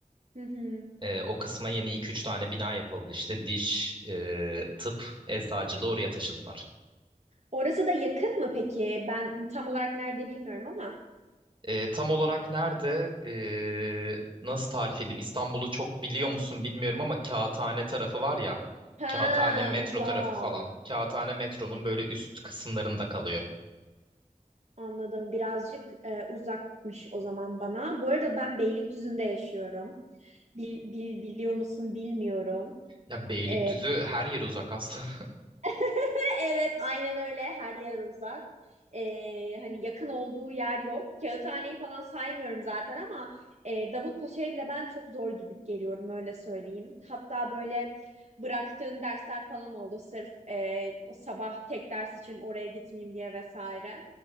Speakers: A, on the right; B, on the right.
A: Hı hı.
B: E, o kısma yeni iki üç tane bina yapıldı. İşte diş, e, tıp, eczacılığı oraya taşıdılar.
A: Orası da yakın mı peki? Ben tam olarak nerede bilmiyorum ama.
B: Ee, tam olarak nerede? Ee, nasıl tarif edeyim? İstanbul'u çok biliyor musun bilmiyorum ama Kağıthane tarafı var ya.
A: Ha
B: Kağıthane metro
A: uzak.
B: tarafı falan. Kağıthane metronun böyle üst kısımlarında kalıyor.
A: Anladım. Birazcık e, uzakmış o zaman bana. Bu arada ben Beylikdüzü'nde yaşıyorum. Bil- bil- biliyor musun bilmiyorum.
B: Ya Beylikdüzü
A: E,
B: her yer uzak aslında.
A: <laughs> Evet, aynen öyle. Her yer uzak. Ee, hani yakın olduğu yer yok. Kağıthaneyi falan saymıyorum zaten ama e, Davutpaşa'ya bile ben çok zor gidip geliyorum öyle söyleyeyim. Hatta böyle bıraktığım dersler falan oldu sırf e, o sabah tek ders için oraya gitmeyeyim diye vesaire.